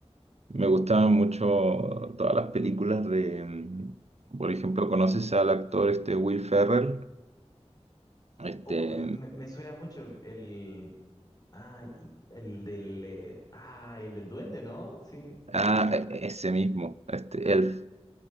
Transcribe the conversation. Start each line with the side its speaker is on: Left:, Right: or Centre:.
Right: me gustaban mucho todas las películas de, mm, por ejemplo, ¿conoces al actor este Will Ferrell? Este,
Left: Oh, m- me, me suena mucho el... Ah, el del... eh, ah, el del duende, ¿no? Sí,
Right: ah, e- e, ese mismo, este Elf.